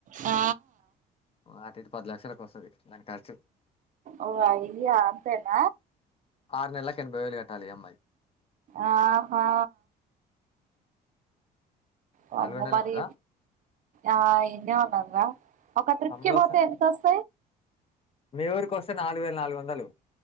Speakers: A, on the right; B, on the left.
A: ఆ
B: అట్టు ఇటు పది లక్షలలకు వస్తది దాని ఖర్చు
A: ఓ <unintelligible> అంతేన
B: ఆరు నెలకు <unintelligible> బైవేళ్ళు కట్టాలి ఈఎంఐ
A: ఆహో అ
B: నల్గొండలోనే
A: మరి
B: ఊరా
A: ఆ ఇన్నే ఉన్నాగా ఒక త్రిప్కి
B: అమ్ములు
A: పోతే
B: వస్తాను
A: ఎంత వస్తుంది
B: మీ ఊరికి వస్తే నాలుగు వేల నాలుగు వందలు